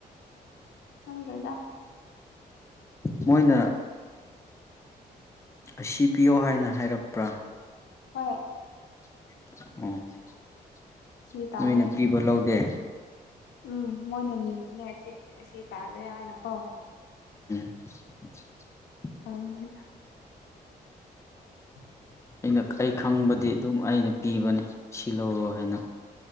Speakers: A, on the left (about 80°); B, on the left (about 15°).
A: ꯅꯟ꯭ꯔꯣꯣꯏꯗ
B: ꯃꯣꯏꯅ ꯑꯁꯤ ꯄꯤꯌꯣ ꯍꯥꯏꯅ ꯍꯥꯏꯔꯛꯄ꯭ꯔꯥ
A: ꯍꯣꯏ
B: ꯎ
A: ꯁꯤ ꯇꯥꯔꯦ
B: ꯅꯣꯏꯅ ꯄꯤꯕ ꯂꯧꯗꯦ
A: ꯎꯝ ꯃꯣꯏꯅ ꯅꯤꯕꯅꯦ ꯑꯁꯤ ꯑꯁꯤ ꯇꯥꯔꯦ ꯍꯥꯏꯅꯀꯣ
B: <unintelligible>
A: ꯇꯥꯎꯅꯤꯗ ꯎꯝ
B: ꯑꯩꯅ ꯑꯩ ꯈꯪꯕꯗꯤ ꯑꯗꯨꯝ ꯑꯩꯅ ꯄꯤꯕꯅꯦ ꯁꯤ ꯂꯧꯔꯣ ꯍꯥꯏꯅ